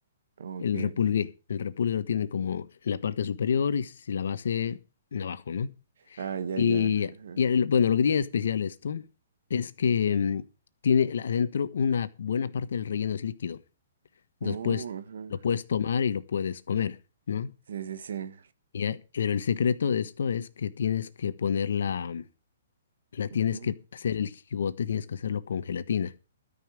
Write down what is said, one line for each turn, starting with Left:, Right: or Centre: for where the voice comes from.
Right: Oh,
Left: el
Right: Ok, ok.
Left: repulgué. El repulgue lo tienen como en la parte superior y si la base abajo, ¿no?
Right: Ah, ya,
Left: Y,
Right: ya. Ajá.
Left: y el- bueno, lo que tiene de especial esto es que mm, tiene la- adentro una buena parte del relleno es líquido. Después
Right: Oh, ajá.
Left: lo puedes tomar y lo puedes comer, ¿no?
Right: Sí, sí, sí.
Left: Y a- pero el secreto de esto es que tienes que ponerla, la tienes
Right: Ujú.
Left: que hacer el jigote, tienes que hacerlo con gelatina,